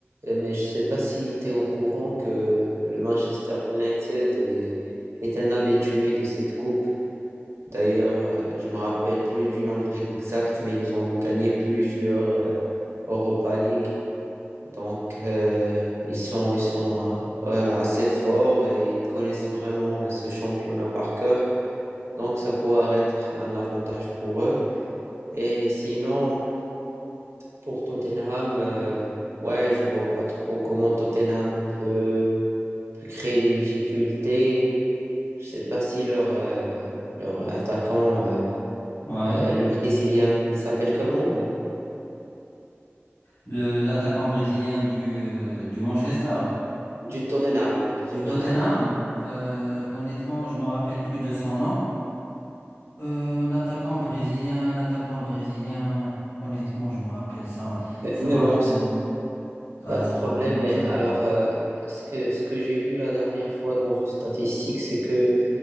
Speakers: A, on the right; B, on the left.
A: Euh, mais je ne sais pas si tu es au courant que le Manchester United est, est un habitué de cette coupe. D'ailleurs, euh, je me rappelle plus du nombre exact, mais ils ont gagné plusieurs euh, Europa League. Donc, euh, ils sont, ils sont euh, assez forts et ils connaissent vraiment euh, ce championnat par cœur. Donc, ça pourrait être un avantage pour eux. Et sinon, Pour Tottenham, euh, ouais, je vois pas trop comment Tottenham peut, peut créer des difficultés. Je sais pas si leur, euh, leur attaquant, euh,
B: Ouais.
A: euh, le Brésilien, il s'appelle comment? euh,
B: le l'attaquant brésilien du, euh, du Manchester,
A: Du Tottenham, non, de Tottenham.
B: du Tottenham. Euh, honnêtement, je me rappelle plus de son nom. Euh, l'attaquant brésilien, l'attaquant brésilien, honnêtement, je me rappelle, ça m'a,
A: Mais,
B: ça
A: mais
B: m'a
A: bon,
B: vraiment,
A: c'est
B: ouais,
A: pas de
B: ça
A: problème.
B: m'a vraiment
A: Mais
B: échappé.
A: alors, euh, ce que, ce que j'ai vu la dernière fois dans une statistique, c'est que